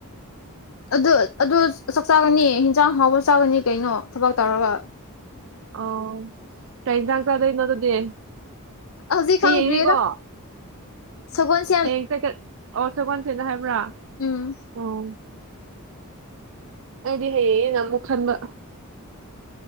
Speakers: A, on the left (about 65°); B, on the right (about 60°).
A: ꯑꯗꯨ ꯑꯗꯨ ꯆꯥꯛ ꯆꯥꯒꯅꯤ ꯍꯤꯟꯖꯥꯡ ꯍꯥꯎꯕ ꯆꯥꯒꯅꯤ ꯀꯩꯅꯣ ꯊꯕꯛ ꯇꯧꯔꯒ
B: ꯑꯣ ꯀꯩ ꯍꯤꯟꯖꯥꯡ ꯆꯥꯗꯨꯏꯅꯣ ꯑꯗꯨꯗꯤ
A: ꯍꯧꯖꯤꯛ
B: ꯍꯌꯦꯡꯅꯤꯀꯣ
A: ꯈꯪꯗ꯭ꯔꯤꯔ ꯁꯒꯣꯜꯁꯦꯟ
B: ꯍꯌꯦꯡ ꯑꯣ ꯁꯒꯣꯜꯁꯦꯟ ꯍꯥꯏꯕ꯭ꯔꯥ
A: ꯎꯝ
B: ꯑꯣ ꯑꯩꯗꯤ ꯍꯩꯌꯦꯅ ꯑꯃꯨꯛ ꯈꯟꯕ